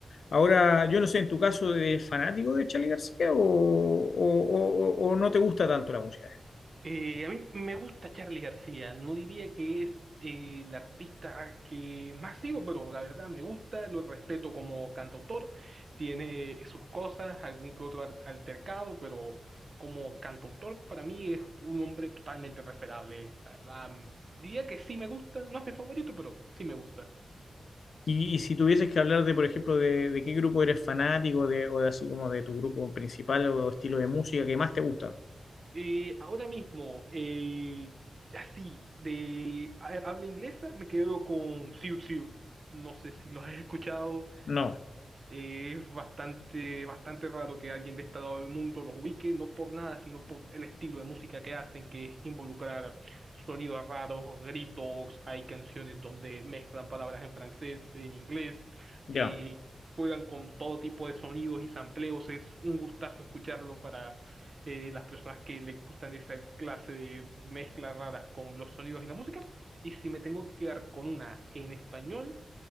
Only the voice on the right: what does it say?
Eh, a mí me gusta Charly García, no diría que es eh, el artista que más sigo, pero la verdad me gusta, lo respeto como cantautor, tiene sus cosas, algún que otro al- altercado, pero como cantautor para mí es un hombre totalmente respetable, la verdad. mm, Diría que sí me gusta, no es mi favorito, pero sí me gusta.
Eh, ahora mismo, eh, así, de ha- habla inglesa, me quedo con Siu Siu. No sé si lo has escuchado
eh, Es bastante, bastante raro que alguien de este lado del mundo los ubique, no por nada, sino por el estilo de música que hacen, que es involucrar sonidos raros, gritos, hay canciones donde mezclan palabras en francés, en inglés,
eh, juegan con todo tipo de sonidos y sampleos, es un gustazo escucharlo para eh, las personas que les gustan esa clase de mezclas raras con los sonidos y la música. Y si me tengo que quedar con una en español,